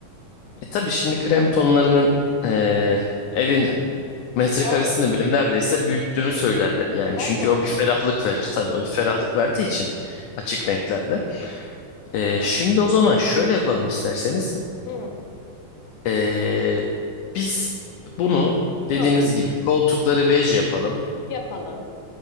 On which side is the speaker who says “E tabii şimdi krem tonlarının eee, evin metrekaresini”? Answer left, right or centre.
Left